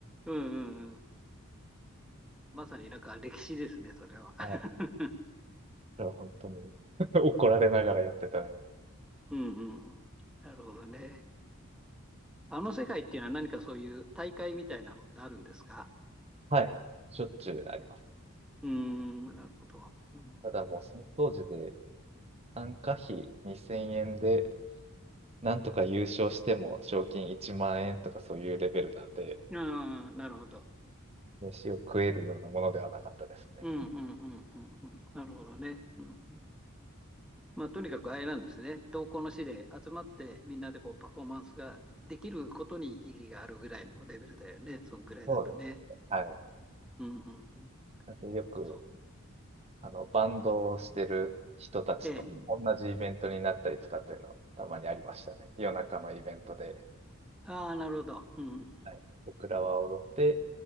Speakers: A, in the centre; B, on the right.
A: うんうんうん。まさになんか歴史ですね、それは。<laughs>
B: はい。それは本当に <laughs> 怒られながらやってたのに。
A: うんうんうん。なるほどね。あの世界っていうのは何かそういう大会みたいなのってあるんですか
B: はい。しょっちゅうあります。
A: うーん、なるほど。うん、
B: ただもうその当時で参加費2000円で、なんとか優勝しても賞金1万円とかそういうレベルなんで、
A: あーなるほど。
B: 飯を食えるようなものではなかったですね。
A: うんうんうんうんうん。なるほどね。うんまあ、とにかくあれなんですね。同行の士で集まってみんなでこうパフォーマンスができることに意義があるぐらいのレベルだよね。そのくらいだとね。
B: そうです。はい。
A: うんうんうん。
B: なんでよく
A: そ
B: あの、バンドをしてる人たちと同じイベントになったりとかっていうのはたまにありましたね。
A: う。ええ。
B: 夜中のイベントで、
A: ああ、なるほど。うんうんうん。
B: はい、僕らは踊って、